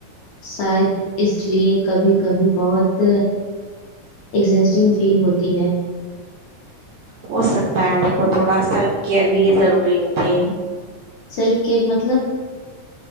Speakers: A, on the left (about 75°); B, on the right (about 80°).
A: شاید اس لے کبھی کبھی بہت ایگزسٹنگ فیل ہوتی ہے
B: ہو سکتا ہے دیکھو تھوڑا سیلف کیئر بھی ضروری ہوتی ہے
A: سیلف کیئر مطلب